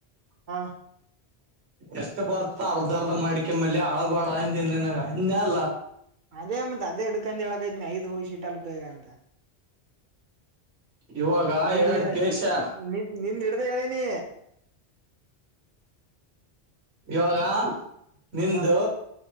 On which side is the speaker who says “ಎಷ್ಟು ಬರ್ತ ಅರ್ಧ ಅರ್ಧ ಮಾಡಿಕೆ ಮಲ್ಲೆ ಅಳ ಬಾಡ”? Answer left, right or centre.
Right